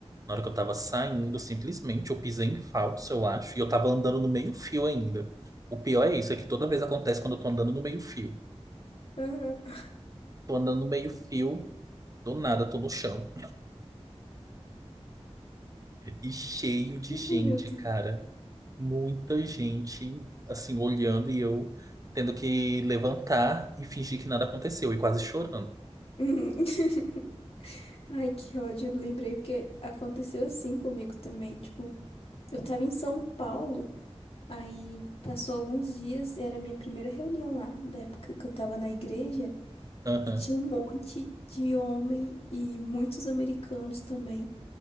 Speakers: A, on the right; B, on the left.
A: Na hora que eu tava saindo, simplesmente eu pisei em falso, eu acho, e eu tava andando no meio-fio ainda. O pior é isso, é que toda vez acontece quando eu tô andando no meio-fio.
B: Aham.
A: Tô andando no meio-fio, do nada tô no chão. E cheio de
B: Ai,
A: gente,
B: meu Deus.
A: cara. muita gente assim olhando e eu tendo que levantar e fingir que nada aconteceu e quase chorando.
B: Uhum. <laughs> Ai, que ódio. Eu lembrei porque aconteceu assim comigo também. Tipo, eu tava em São Paulo. Aí passou alguns dias, era a minha primeira reunião lá, da época que eu tava na igreja,
A: Aham,
B: e tinha um monte de homem e muitos americanos também.